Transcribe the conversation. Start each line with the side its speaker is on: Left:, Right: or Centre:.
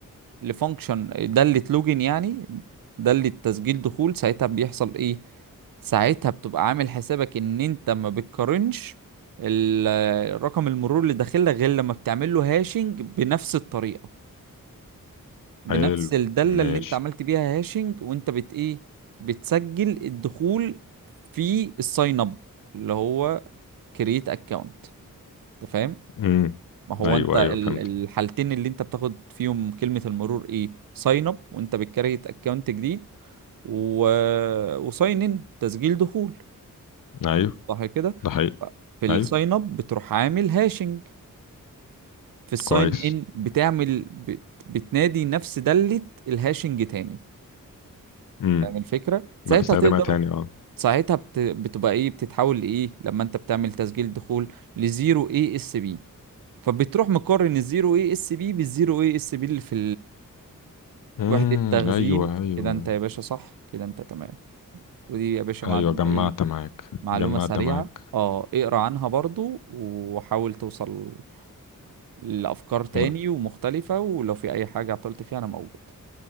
Right: لفانكشن دالة لوجن يعني دالة تسجيل دخول ساعتها بيحصل ايه ساعتها بتبقى عامل حسابك ان انت ما بتقارنش ال- رقم المرور اللي داخل لك غير لما بتعمل له هاشنج بنفس الطريقة بنفس
Left: حلو
Right: الدالة
Left: ماشي
Right: اللي انت عملت بيها هاشنج وانت بت ايه بتسجل الدخول في الساين اب اللي هو كرييت اكونت انت فاهم
Left: امم
Right: ما هو
Left: ايوه
Right: انت يعني
Left: ايوه
Right: ال-
Left: فهمت
Right: الحالتين اللي انت بتاخد فيهم كلمة المرور ايه ساين اب وانت بتكريت اكونت جديد و... وساين ان تسجيل دخول
Left: ايوه
Right: صح كده
Left: ده حقيقي
Right: في الساين
Left: ايوه
Right: اب بتروح عامل هاشنج في الساين
Left: كويس
Right: ان بتعمل بت... بتنادي نفس دالة الهاشنج تاني
Left: امم
Right: فاهم الفكرة ساعتها
Left: بستخدمها
Right: تقدر
Left: تاني اه
Right: ساعتها بت... بتبقى ايه بتتحول لايه لما انت بتعمل تسجيل دخول لزيرو اي اس بي فبتروح مقارن الزيرو اي اس بي بالزيرو اي اس بي اللي في
Left: امم
Right: وحدة تخزين
Left: ايوه ايوه
Right: كده انت يا باشا صح كده انت تمام ودي يا باشا معلومة
Left: ايوه جمعت
Right: ايه
Left: معاك
Right: معلومة
Left: جمعت
Right: سريعة
Left: معاك
Right: اه اقرا عنها برضو وحاول توصل لأفكار تاني
Left: لا
Right: ومختلفة ولو في أي حاجة عطلت فيها أنا موجود